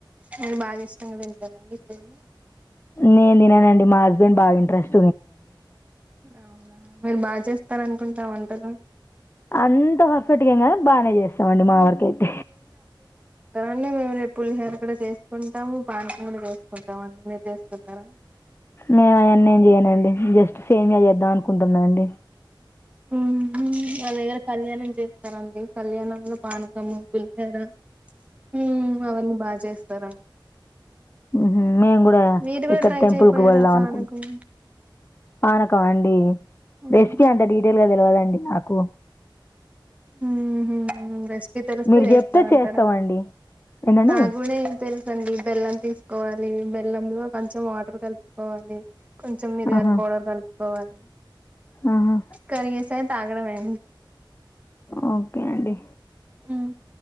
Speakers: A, on the right (about 15°); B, on the left (about 30°).
A: మీరు బాగా ఇష్టంగా తింటరండి సేమ్యా.
B: నేను తిననండి మా హస్బెండ్ బాగా ఇంట్రెస్ట్
A: అవునా మీరు బాచేస్తారనుకుంట వ టలు
B: అంత పర్ఫెక్ట్గా ఎం కాదు బానే చేస్తామండి మా వరకు అయితే.
A: అంటే మేము రేపు పులిహోర కూడా చేసుకుంటము, పానకం కూడా చేసుకుంటము అండి. మీరు చేసుకుంటరా.
B: మేము అవన్నీ ఏం చేయనండి జస్ట్ సేమియా చేద్దాం అనుకుంటున్నా అండి.
A: హుహ్ మా దగ్గర కళ్యాణం చేస్తారండి. కళ్యాణంలో పానకము, పులిహోర హు అవన్నీ బాచేస్తారమ్.
B: ఉహు మేము కూడా
A: మీరు కూడా
B: ఇక్కడ
A: ట్రై
B: టెంపుల్
A: చేయిపోయారా
B: కు వెళ్ళాదాం
A: పానకం
B: అనుకుంటు పానకం ఆ అండి.
A: ఉమ్
B: రెసిపీ అంత డీటెయిల్ గా తెలివదండి. నాకు
A: ఆహా హ హ రెస్పీ తెలిస్తే
B: మీరు
A: చేస్తారంటారా
B: చెప్తే చేస్తామండి ఏంటండి
A: నాగూడ ఎంతె వదండి బెల్లం తీసుకోవాలి, బెల్లం లో కొంచెం వాటర్ కలుపుకోవాలి. కొంచెం మిరియలు
B: ఆహా
A: పౌడరు కలుపుకోవాలి
B: ఆహా
A: కరిగేసే తాగడమే.
B: ఒకే అండి.
A: హ్మ్